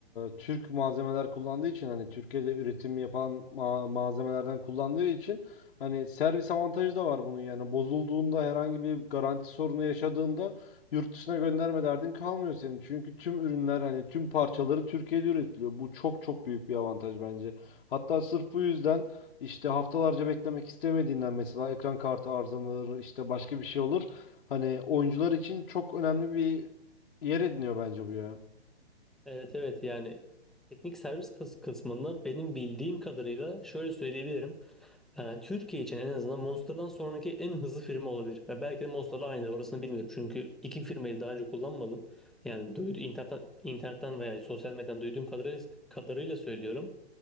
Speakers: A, on the left; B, in the centre.
A: Türk malzemeler kullandığı için hani Türkiye'de üretim yapan ma- malzemelerden kullandığı için hani servis avantajı da var bunun yani bozulduğunda herhangi bir garanti sorunu yaşadığında yurt dışına gönderme derdin kalmıyor senin. Çünkü tüm ürünler hani tüm parçaları Türkiye'de üretiliyor. Bu çok çok büyük bir avantaj bence. Hatta sırf bu yüzden işte haftalarca beklemek istemediğinden mesela ekran kartı arızalanır, işte başka bir şey olur. Hani oyuncular için çok önemli bir yer ediniyor bence bu ya.
B: Evet evet yani teknik servis kıs kısmında benim bildiğim kadarıyla şöyle söyleyebilirim. Ee, Türkiye için en azından Monster'dan sonraki en hızlı firma olabilir. Ve belki de Monster'la aynıdır orasını bilmiyorum. Çünkü iki firmayı daha önce kullanmadım. Yani duydu, internetten, internetten veya sosyal medyadan duyduğum kadarıyla, kadarıyla söylüyorum.